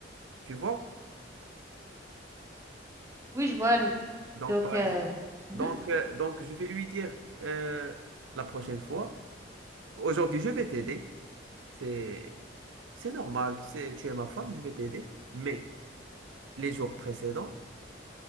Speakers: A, on the right; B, on the right.
A: Tu vois?
B: Oui, je vois,
A: Donc,
B: Donc,
A: par
B: euh,
A: exemple,
B: mhm.
A: donc, euh, donc je vais lui dire euh, la prochaine fois, aujourd'hui, je vais t'aider. C'est, c'est normal, c'est, tu es ma femme, je vais t'aider. Mais les jours précédents,